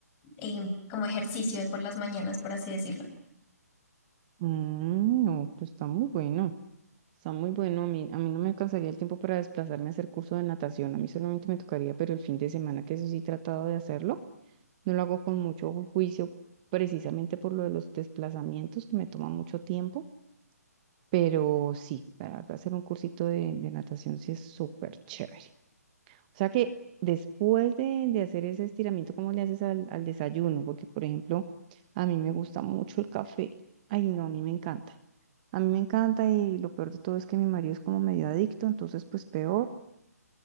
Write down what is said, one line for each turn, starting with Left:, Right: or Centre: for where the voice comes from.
Left: eh, como ejercicio de por las mañanas, por así decirlo.
Right: Mm, no, pues está muy bueno. Está muy bueno. A mí, a mí no me alcanzaría el tiempo para desplazarme a hacer curso de natación. A mí solamente me tocaría, pero el fin de semana, que eso sí he tratado de hacerlo, no lo hago con mucho juicio, precisamente por lo de los desplazamientos, que me toma mucho tiempo. Pero sí, la verdad, hacer un cursito de, de natación sí es súper chévere. O sea que después de, de hacer ese estiramiento, ¿cómo le haces al, al desayuno? Porque, por ejemplo, a mí me gusta mucho el café. Ay, no, a mí me encanta. A mí me encanta y lo peor de todo es que mi marido es como medio adicto, entonces pues peor.